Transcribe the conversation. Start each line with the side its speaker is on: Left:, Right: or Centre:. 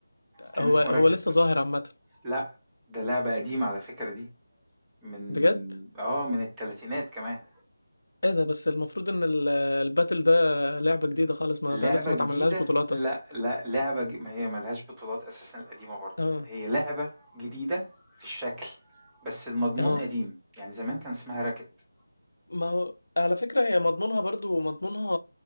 Centre: كان
Left: هو
Centre: اسمه
Left: هو
Centre: راكت.
Left: لسه ظاهر عامه
Centre: لأ، ده لعبة قديمة على فكرة دي من
Left: بجد
Centre: آه، من التلاتينات كمان.
Left: ايه ده بس المفروض ان ال- الباتل ده لعبة جديدة خالص ما
Centre: لعبة
Left: ده لسه ما
Centre: جديدة
Left: اتعملهاش بطولات
Centre: لأ،
Left: اصلا
Centre: لأ، لعبة ج ما هي ما لهاش بطولات أساسًا القديمة برضه،
Left: اه
Centre: هي لعبة جديدة في الشكل، بس المضمون
Left: اه
Centre: قديم، يعني زمان كان اسمها racket.
Left: ما هو على فكرة هي مضمونها برضو مضمونها